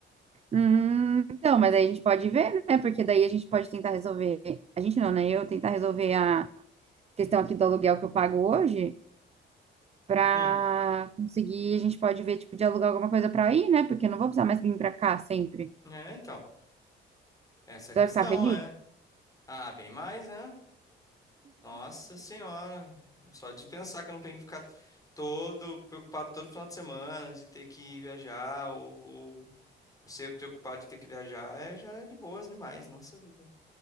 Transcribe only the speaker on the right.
Hum, então, mas aí a gente pode ver, né? Porque daí a gente pode tentar resolver. A gente não, né? Eu tentar resolver a questão aqui do aluguel que eu pago hoje pra
conseguir. A gente pode ver, tipo, de alugar alguma coisa pra ir, né? Porque eu não vou precisar mais vir pra cá sempre.
Você
vai ficar feliz?